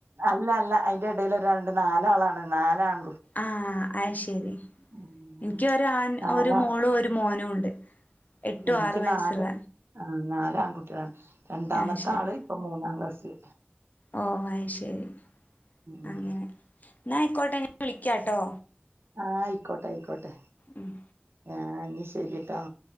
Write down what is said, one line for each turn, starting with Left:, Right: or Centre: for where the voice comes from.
Right: അല്ല അല്ല അതിന്റെ ഇടയിൽ ഒരാള്ണ്ട് നാലാളാണ് നാലാആൺ
Left: ആഹ് അത് ശരി
Right: ഉം
Left: എനിക്ക് ഒരു ആൺ
Right: നാലാ
Left: ഒരു മോളും ഒരു മോനും ഉണ്ട് എട്ടും
Right: എനിക്ക്
Left: ആറും വയസ്സുള്ള
Right: നാല് ആഹ് നാല് ആൺകുട്ടികളാണ് രണ്ടാമത്തെ
Left: ആഹ് ശരി
Right: ആള് ഇപ്പം മൂന്നാം ക്ലാസിൽ
Left: ഓ അത് ശരി
Right: ഉം
Left: അങ്ങനെ എന്നായിക്കോട്ടെ ഞാൻ വിളിക്കാംട്ടോ
Right: ആഹ് ആയിക്കോട്ടെ ആയിക്കോട്ടെ
Left: ഉം
Right: ആഹ് ഇനി ശരി ട്ടോ